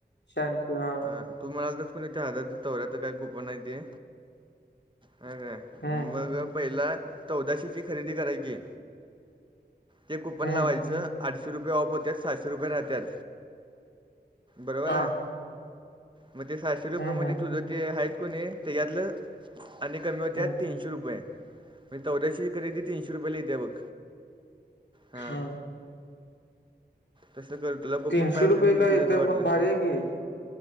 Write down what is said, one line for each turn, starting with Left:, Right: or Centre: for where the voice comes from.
Left: श ह
Right: ह तु म्हणाल तरच कोणी त्या हजार तोऱ्या काही कुपन नाही ते ह काय.
Left: हम्म
Right: मग पहिला चौदाशीेची खरेदी करायची. ते कूपन
Left: हम्म
Right: लावायचं आठशे रुपये ऑफ होत्यात, सहाशे रुपये राहत्यात. बरोबर
Left: हा
Right: आहे. मग ते साहशे रुपये
Left: हम्म
Right: मध्ये
Left: हम्म
Right: तुझं ते आहेत कोणी त्याच्यातलं आणि कमी होत्या
Left: हम्म
Right: तीनशे रुपये मी चौदा्याशे खरेदी तीनशे रुपयेला येत्या बघ हां.
Left: हा
Right: तसं कर तुला कुपन
Left: तीनशे
Right: पाय असलं
Left: रुपयेला
Right: तर घेऊन
Left: येतं
Right: देतो वाटलंस
Left: मग भारी
Right: तर
Left: आहे की.